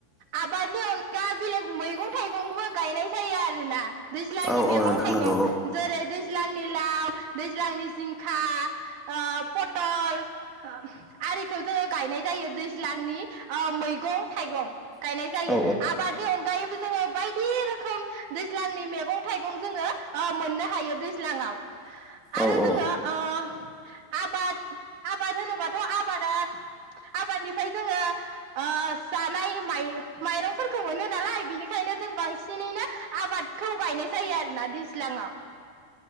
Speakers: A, on the right; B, in the centre.
A: आबादनि अनगा बेलेग मैगं थाइगंबो गायनाय जायो आरोना दैज्लांनि
B: औ
A: मेगं
B: औ नोंथां
A: थाइगं
B: नंगौ
A: जेरै दै ज्लांनि लाव दैज्लांनि जिंखा ओ पटल आरिखौ जोङो गायनाय जायो दैज्लांनि ओ मैगं थाइगं गायनाय जायो।
B: औ
A: आबादनि अनगायैबो जोङो बायदि रोखोम दैज्लांनि मैगं थाइगं जोङो ओ मोननो हायो दैज्लांआव। आरो
B: औ औ
A: जोङो ओ आबाद आबाद होनोबाथ‌' आब बादा आबादनिफ्राय जोङो ओ जानाय माइ-माइरंफोरखौ मोनो नालाय बिनिखायनो जों बांसिनैनो आबादखौ गायनाय जायो आरोना दैज्लाङाव।